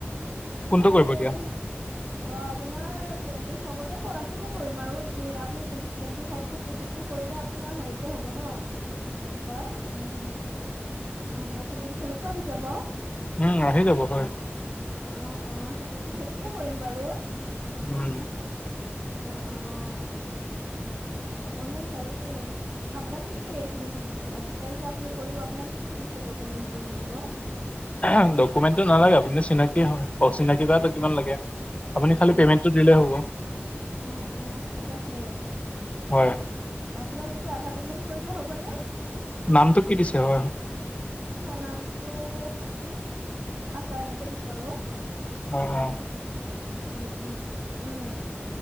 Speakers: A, on the left; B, on the right.
A: ফোনটো
B: আপুনি
A: কৰিব
B: মোক
A: দিয়া
B: এটা হে অ' আপোনাৰ প্লেনে, চবতে কৰাটো কৰিম আৰু। তে, আপোনাৰ যোনটো টুৱেণ্টি ফাইভ কৈছে, সেইটো কৰিলে আপোনাৰ হেৰিতে হ'ব ন' কি কয়, উম, উম, টেলিভিছনতো আহি যাব।
A: উম, আহি যাব, হয়।
B: অ', অ' সেইটোতে, সেইটোতে কৰিম বাৰু।
A: উম।
B: অহ, অহ। আপোনাৰ হেৰি আপোনাক কি কি এইখিনি দিম? এডভাৰটাইজ যে আপুনি কৰিব, আপোনাক কি কি দিছে ডকুমেন্ট দিব লাগিব?
A: আ' হম। ডকুমেন্টটো নালাগে, আপুনিটো চিনাকিয়ে হয়। অচিনাকি বাটো কিমান লাগে। আপুনি খালী
B: অ
A: পেমেণ্টটো দিলে হ'ব,
B: অ অ ঠিক আছে
A: হয়।
B: আপোনাক এতিয়া আধা পেমেণ্ট কৰিলে হ'বনে?
A: নামটো কি দিছে? হয়।
B: অ', নামটো 'খাতি আচাৰ' এনেকে দিছোঁ আৰু।
A: হয় হয়
B: উম উম, উম।